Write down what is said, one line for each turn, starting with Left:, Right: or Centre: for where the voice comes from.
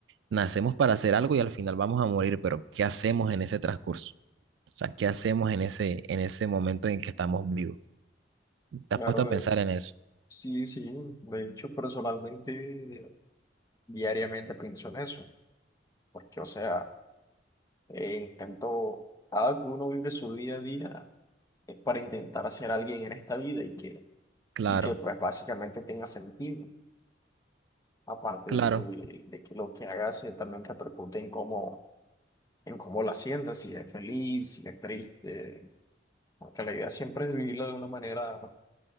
Right: nacemos para hacer algo y al final vamos a morir, pero ¿qué hacemos en ese transcurso? O sea, ¿qué hacemos en ese, en ese momento en que estamos vivos? ¿Te
Left: Claro,
Right: has puesto a pensar en eso?
Left: Sí, sí, de hecho personalmente diariamente pienso en eso, porque o sea, eh, intento, cada que uno vive su día a día es para intentar ser alguien en esta vida y que,
Right: Claro,
Left: y que pues básicamente tenga sentido, aparte
Right: claro.
Left: de que, de que lo que hagas se también repercute en cómo, en cómo la sientas, si es feliz, si es triste, porque la idea siempre es vivirla de una manera